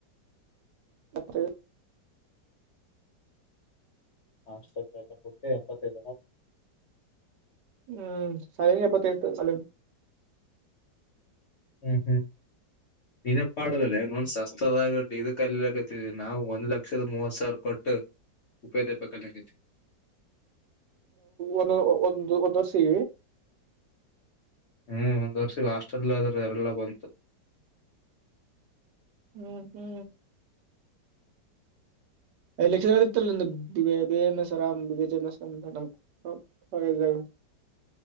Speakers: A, on the right (about 70°); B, on the left (about 55°).
A: ಮತ್ತೆ
B: ಹಸ್ಟ್ಟಿ ಎಪ್ಪತ್ತ ದಿನ
A: ಹೂ ಸಾಲ ಎಪ್ಪತ್ತು ಸ್
B: ಹೂ ಹೂ
A: ಅ
B: ನಿನಪಾಡಲ್ಲೊಂದ್ ಸಸ್ತದಗಟ್ಟ ಇದ ಕಲ್ಲಿಕತ ನಾವ್ ಒಂದ್ ಲಕ್ಷದ ಮೂವತ್ ಸಾವಿರ ಕೊಟ್ಟು ಉಪೇೋಗ ಪಕ್ಕಗೈತಿ
A: ಒಂದು ಒಂದು ಒಂದುಸಿ
B: ಹೂ ಒಂದ್ ವರ್ಷಗ ಹಾಸ್ಟೆಲ್ ಆದ್ರ ಎರೆಲ್ಲಾ ಬಂತು
A: ಹೂ ಹೂ ಐದು ಲಕ್ಷದ ಇತ್ತಲ್ಲ ನ ಎಮ ಎಸ್ರಾಮ್ಜ ಸರಿಯಾಗಿ ಹೇಳು